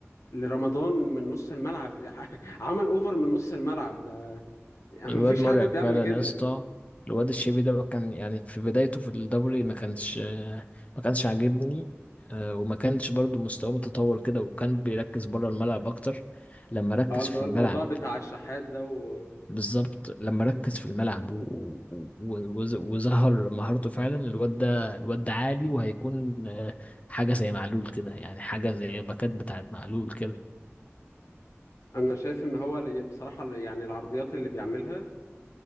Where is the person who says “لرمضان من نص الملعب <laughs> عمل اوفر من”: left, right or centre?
Left